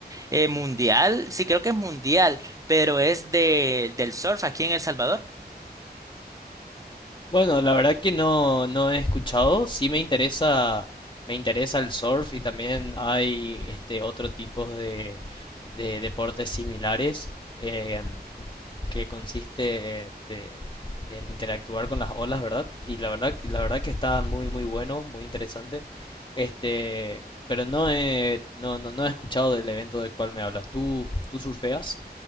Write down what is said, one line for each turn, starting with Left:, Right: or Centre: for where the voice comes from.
Right: eh, mundial, sí creo que es mundial, pero es de, del surf aquí en El Salvador?
Left: Bueno, la verdad que no, no he escuchado. Sí me interesa, me interesa el surf y también hay este otro tipo de, de deportes similares eh, que consiste este, en interactuar con las olas, ¿verdad? Y la verdad, y la verdad que está muy muy bueno, muy interesante. Este, pero no he, no, no, no he escuchado del evento del cual me hablas. ¿Tú, tú surfeas?